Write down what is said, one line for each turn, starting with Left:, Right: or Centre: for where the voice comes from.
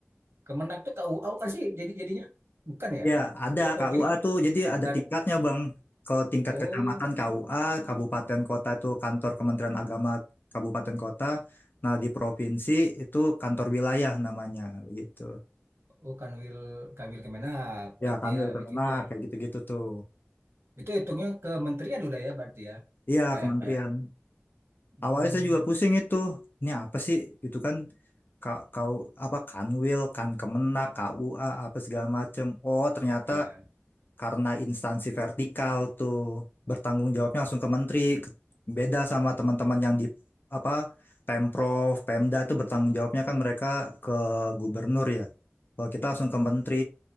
Right: Kemenak tuh KUA bukan sih jadi jadinya bukan ya?
Left: Ya, ada
Right: Oh, kok
Left: KUA
Right: ini ke-
Left: tuh. Jadi ada
Right: tar-
Left: tingkatnya, Bang. Kalau tingkat
Right: oh
Left: kecamatan KUA, kabupaten kota itu kantor Kementerian Agama kabupaten kota. Nah, di provinsi itu kantor wilayah namanya gitu.
Right: oh Kanwil Kanwil Kemenak berarti
Left: Ya, kanwil
Right: ya
Left: Kemenak
Right: kayak gitu ya.
Left: kayak gitu-gitu tuh.
Right: Itu hitungnya kementerian udah ya berarti ya.
Left: Iya,
Right: Kayak
Left: kementerian.
Right: kayak hmm,
Left: Awalnya saya juga pusing itu. Ini apa sih gitu kan? Ka kau apa Kanwil, kan Kemenak, KUA apa segala macem. Oh, ternyata
Right: iya.
Left: karena instansi vertikal tuh bertanggung jawabnya langsung ke menteri Ke- beda sama teman-teman yang di apa Pemprov Pemda itu bertanggung jawabnya kan mereka ke gubernur ya kalau kita langsung ke menteri